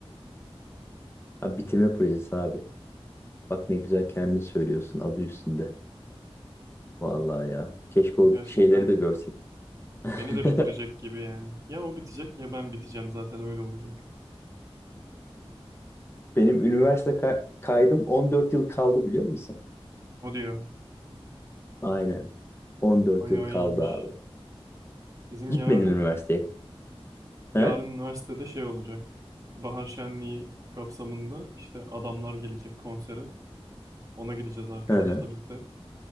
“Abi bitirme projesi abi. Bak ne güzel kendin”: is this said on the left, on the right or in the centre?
Left